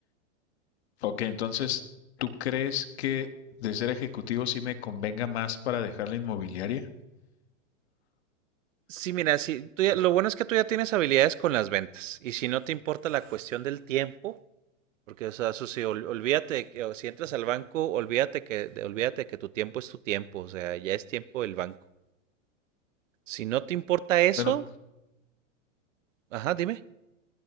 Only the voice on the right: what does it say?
Sí, mira, si tú ya- lo bueno es que tú ya tienes habilidades con las ventas y si no te importa la cuestión del tiempo, porque o sea, eso sí, ol- olvídate que o si entras al banco, olvídate que de- olvídate que tu tiempo es tu tiempo, o sea, ya es tiempo del banco. Si no te importa eso,
ajá, dime,